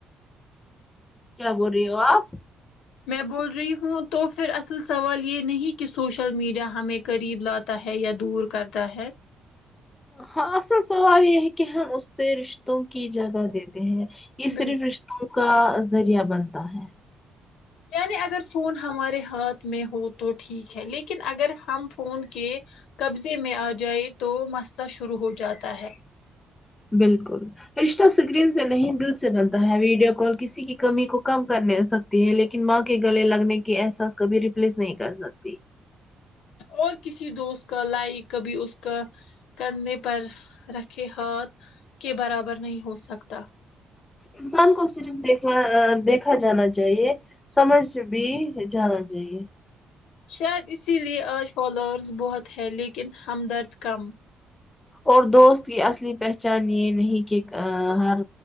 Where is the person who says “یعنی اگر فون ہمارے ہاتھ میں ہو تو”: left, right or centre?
Left